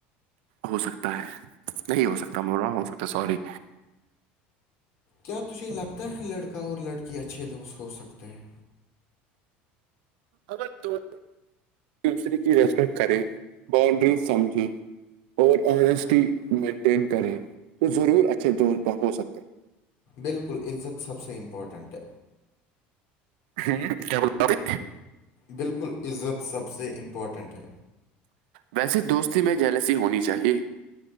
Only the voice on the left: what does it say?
کیا تجھے لگتا ہے لڑکا اور لڑکی اچھے دوست ہو سکتے ہیں
بالکل عزت سب سے امپورٹنٹ ہے
بالکل عزت سب سے امپورٹنٹ ہے